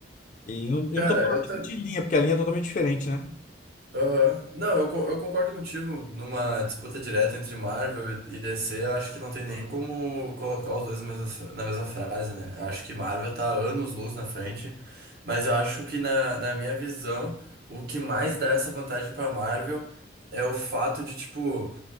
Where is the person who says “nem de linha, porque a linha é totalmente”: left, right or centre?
Left